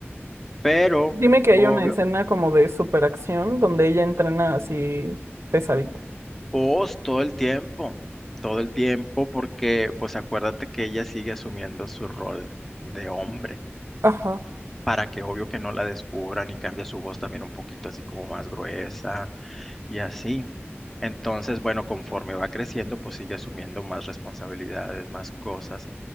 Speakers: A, in the centre; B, on the right (about 85°).
A: Pero,
B: Dime que hay
A: obvio,
B: una escena como de superacción donde ella entrena así pesadito.
A: Oz todo el tiempo, todo el tiempo, porque, pues acuérdate que ella sigue asumiendo su rol de hombre,
B: Ajá,
A: para que obvio que no la descubran y cambia su voz también un poquito así como más gruesa y así. Entonces, bueno, conforme va creciendo, pues sigue asumiendo más responsabilidades, más cosas.